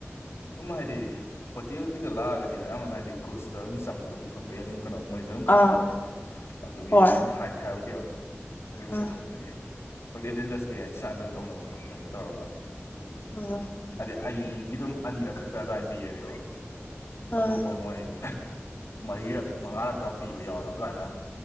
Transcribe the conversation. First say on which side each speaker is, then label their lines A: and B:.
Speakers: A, on the left (about 70°); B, on the left (about 45°).
A: ꯁꯝ ꯍꯥꯏꯗꯤ ꯍꯣꯇꯦꯜꯒꯤꯗ ꯂꯥꯛꯑꯒꯗꯤ ꯑꯌꯥꯝꯕꯅ ꯍꯥꯏꯗꯤ ꯀ꯭ꯔꯨꯖꯇ ꯑꯗꯨꯝ ꯆꯪꯕꯒꯤ ꯈꯣꯠꯄꯒꯤ ꯑꯗꯨꯝ ꯀꯩꯅꯣ ꯃꯣꯏꯁꯨ ꯑꯗꯨꯝ
B: ꯑꯥ
A: ꯈꯪꯉꯤꯕꯣꯠꯅꯤꯗ ꯑꯗꯨꯒꯤ
B: ꯍꯣꯏ
A: ꯑꯩꯅ ꯍꯥꯏꯗꯤ ꯍꯥꯏꯔꯨꯗꯦꯕ ꯑꯗꯨ ꯑꯣꯏꯁꯨ
B: ꯑꯥ
A: ꯍꯥꯏꯗꯤ ꯍꯣꯇꯦꯜ ꯏꯟꯗꯁꯇ꯭ꯔꯤ ꯍꯥꯏꯁ ꯁꯨꯃꯥꯏꯅ ꯂꯣꯏꯅ ꯇꯧꯅꯕꯅꯤ ꯈꯣꯠꯄꯅꯤ ꯇꯧꯔꯒ
B: ꯑꯥ
A: ꯑꯗꯤ ꯑꯩꯒꯤ ꯑꯗꯨꯝ ꯑꯅꯤꯔꯛ ꯈꯛꯇ ꯑꯗꯨꯃꯥꯏꯅ ꯄꯤꯔꯦꯕ
B: ꯑꯥ
A: ꯑꯇꯣꯞꯄ ꯃꯣꯏ ꯃꯔꯤꯔꯛ ꯃꯉꯥꯔꯛꯀ ꯄꯤꯕ ꯌꯥꯎꯔꯕ ꯂꯥꯏꯅ